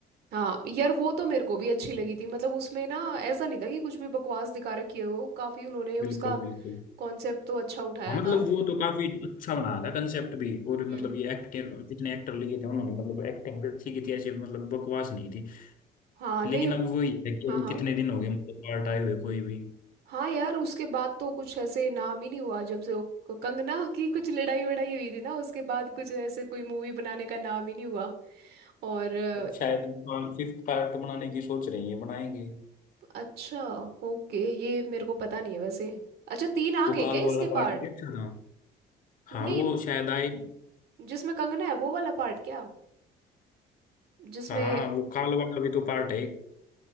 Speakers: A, on the right; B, on the left.
A: हाँ यार वो तो मेरे को भी अच्छी लगी थी मतलब उसमें ना ऐसा नहीं था कि कुछ भी बकवास दिखा रखी है वो काफी उन्होंने उसका
B: बिल्कुल बिल्कुल
A: कॉन्सेप्ट तो अच्छा उठाया
B: हाँ मतलब
A: था
B: वो तो काफी अच्छा बनाया था कंसेप्ट भी और मतलब
A: हम्म
B: ये एक्टर जितने एक्टर लिए थे उन्होंने मतलब एक्टिंग भी अच्छी की थी ऐसी मतलब बकवास नहीं थी
A: हाँ नहीं
B: लेकिन अब वही है कि
A: हाँ
B: अभी
A: हाँ
B: कितने दिन हो गए मतलब पार्ट आए हुए कोई भी
A: हाँ यार उसके बाद तो कुछ ऐसे नाम ही नहीं हुआ जब से वो क- कंगना की कुछ लड़ाई वड़ाई हुई थी ना उसके बाद कुछ ऐसे कोई मूवी बनाने का नाम ही नहीं हुआ और अ,
B: अब शायद फिफ्थ पार्ट बनाने की सोच रही है बनाएंगे
A: अच्छा ओके ये मेरे को पता नहीं है वैसे अच्छा तीन आ
B: वो
A: गए
B: काल
A: क्या इसके
B: वाला पार्ट
A: पार्ट
B: ये अच्छा था हाँ
A: नहीं
B: वो शायद आए
A: जिसमें कंगना है वो वाला पार्ट क्या जिसमें
B: हाँ वो काल वाला भी तो पार्ट है एक।